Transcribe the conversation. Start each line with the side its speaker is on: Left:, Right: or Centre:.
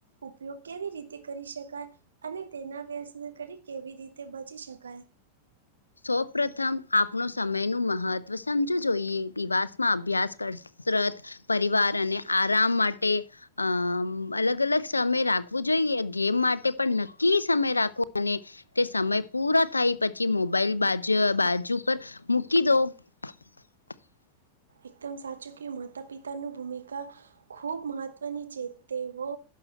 Right: ઉપયોગ કેવી રીતે કરી શકાય અને તેના વ્યસને કરી કેવી રીતે બચી શકાય
Left: સૌ પ્રથમ આપણો સમય નું મહત્વ સમજવું જોઈએ દીવાસ માં અભ્યાસ કરશે કસરત પરિવાર અને આરામ માટે અમ અલગ અલગ સમય રાખવું જોઈએ ગેમ માટે પણ નક્કી સમય રાખવો અને તે સમય પૂરા થાય પછી મોબાઈલ બાજુ બાજુ પર મૂકી દો <inaudible>
Right: એકદમ સાચું કે માતા પિતાનું ભૂમિકા ખૂબ મહત્ત્વની છે તેઓ